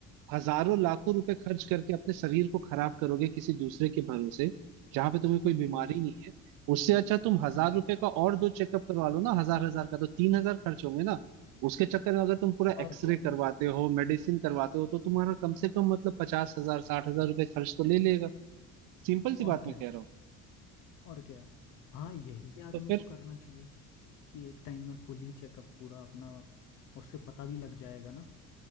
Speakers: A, on the right (about 75°); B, on the left (about 70°).
A: हजारों लाखों रुपए खर्च करके अपने शरीर को खराब करोगे किसी दूसरे के भरोसे जहां पे तुम्हें कोई बीमारी
B: हम्म
A: नहीं है उससे अच्छा तुम हजार
B: हम्म हम्म,
A: रुपए का और दो चेकअप करवा लो ना हजार हजार का तो तीन हजार खर्च होंगे ना उसके चक्कर में अगर तुम पूरा एक्सरे
B: और क्या
A: करवाते हो मेडिसिन करवाते हो तो तुम्हारा कम से कम मतलब पचास हजार साठ हजार रुपए खर्च तो ले लेगा सिंपल सी
B: और
A: बात
B: क्या
A: मैं कह रहा हूँ
B: और क्या हाँ यही आदमी
A: तो फिर
B: को करना चाहिए कि एक टाइम में फुल ही चेकअप पूरा अपना उससे पता भी लग जाएगा ना